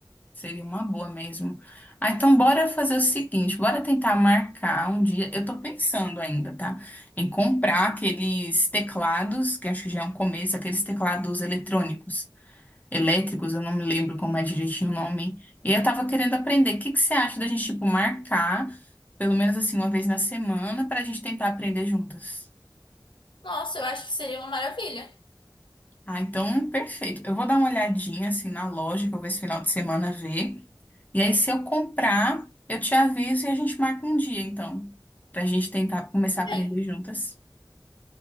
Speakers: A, on the left; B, on the left.
A: Seria uma boa mesmo. Ah, então bora fazer o seguinte, bora tentar marcar um dia. Eu tô pensando ainda, tá? Em comprar aqueles teclados, que acho que já é um começo, aqueles teclados eletrônicos. elétricos, eu não me lembro como é direitinho o nome. E eu tava querendo aprender. O que que você acha da gente, tipo, marcar, pelo menos assim, uma vez na semana, pra gente tentar aprender juntas?
B: Nossa, eu acho que seria uma maravilha.
A: Ah, então, perfeito. Eu vou dar uma olhadinha, assim, na loja, que eu vou esse final de semana ver. E aí, se eu comprar, eu te aviso e a gente marca um dia, então, pra gente tentar começar
B: Tudo
A: a
B: bem.
A: aprender juntas.